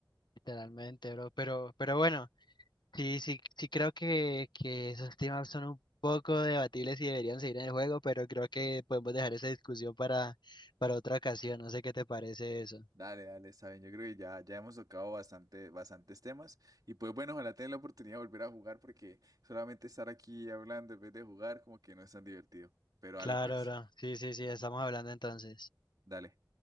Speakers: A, on the left; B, on the right.
A: literalmente, bro. Pero, pero bueno, sí, sí, sí creo que, que esos temas son un poco debatibles y deberían seguir en el juego, pero creo que podemos dejar esa discusión para, para otra ocasión. No sé qué te parece eso.
B: Dale, dale, está bien. Yo creo que ya, ya hemos tocado bastante, bastantes temas. Y pues bueno, ojalá tengan la oportunidad de volver a jugar porque solamente estar aquí hablando en vez de jugar como que no es tan divertido. Pero
A: Claro,
B: dale pues,
A: bro. Sí, sí, sí, estamos hablando entonces.
B: dale.